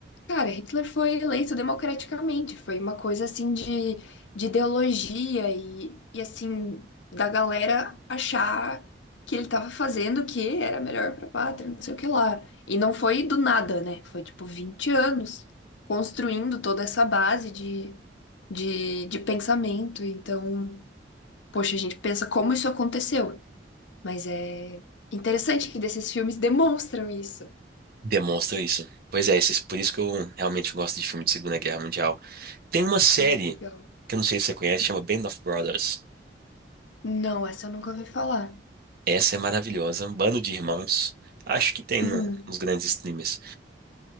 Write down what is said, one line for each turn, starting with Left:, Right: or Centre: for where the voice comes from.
Left: Cara, Hitler foi eleito democraticamente, foi uma coisa assim de, de ideologia e, e assim, da galera achar que ele estava fazendo o que era melhor para a pátria, não sei o que lá. E não foi do nada, né? Foi tipo 20 anos construindo toda essa base de, de, de pensamento. Então, poxa, a gente pensa como isso aconteceu, mas é interessante que desses filmes demonstram isso.
Right: demonstra isso. Pois é, esses- por isso que eu realmente gosto de filme de Segunda Guerra Mundial. Tem uma série
Left: Ai, legal.
Right: que eu não sei se você conhece, chama Band of Brothers.
Left: Não, essa eu nunca ouvi falar.
Right: Essa é maravilhosa, um bando de irmãos. Acho que tem
Left: Uhum.
Right: no- nos grandes streamers.